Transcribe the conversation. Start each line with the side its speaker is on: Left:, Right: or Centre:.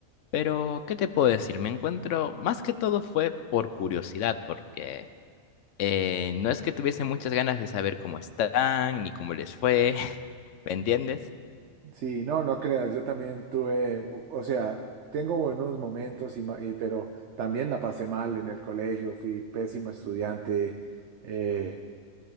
Left: Pero, ¿qué te puedo decir? Me encuentro, más que todo fue por curiosidad, porque eh, no es que tuviese muchas ganas de saber cómo están, ni cómo les fue, <laughs> ¿me entiendes?
Right: Sí, no, no creas, yo también tuve, bu- o sea, tengo buenos momentos, y, ma- y- pero también la pasé mal en el colegio, fui pésimo estudiante, eh,